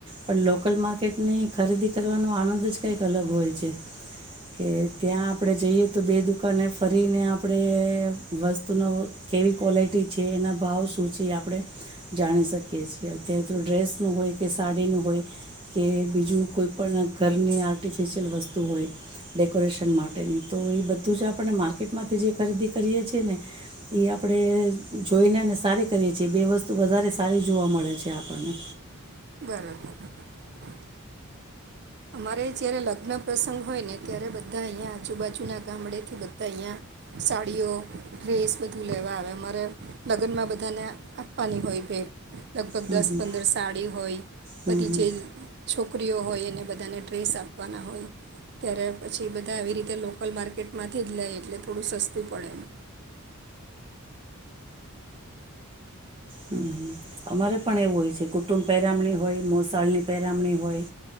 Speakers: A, on the right; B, on the right.
A: પણ લોકલ માર્કેટની ખરીદી કરવાનો આનંદ જ કંઈક અલગ હોય છે. કે ત્યાં આપણે જઈએ તો બે દુકાને ફરીને આપણે વસ્તુનો કેવી ક્વૉલિટી છે એના ભાવ શું છે એ આપણે, જાણી શકીએ છીએ અત્યારે તો ડ્રેસનું હોય કે સાડીનું હોય, કે બીજું કોઈ પણ ઘરની આર્ટિફિશિયલ વસ્તુ હોય, ડેકોરેશન માટેની તો એ બધું જ આપણે માર્કેટમાંથી જે ખરીદી કરીએ છીએ ને, એ આપણે જોઈને અને સારી કરીએ છીએ બે વસ્તુ વધારે સારી જોવા મળે છે, આપણને
B: બરાબર. અમારે જ્યારે લગ્ન પ્રસંગ હોય ને ત્યારે બધા અહીંયા આજુબાજુના ગામડેથી બધા અહીંયા, સાડીઓ ડ્રેસ બધું લેવા આવે અમારે લગ્નમાં બધાને આપવાની હોય ભેટ. લગભગ
A: હમ
B: દસ
A: હમ
B: પંદર સાડી હોય. બધી
A: હમ હમ
B: જે છોકરીઓ હોય એને બધ બધાને ડ્રેસ આપવાના હોય ત્યારે પછી બધા આવી રીતે લોકલ માર્કેટમાંથી જ લાય એટલે થોડું સસ્તું પડે એમ.
A: હમ અમારે પણ એવું હોય છે કુટુંબ પહેરામણી હોય મોસાળની પેરામણી હોય